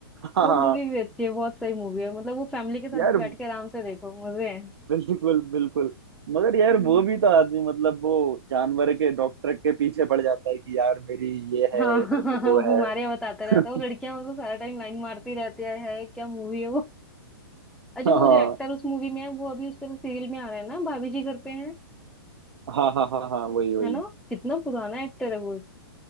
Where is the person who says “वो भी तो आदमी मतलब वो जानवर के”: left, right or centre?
Right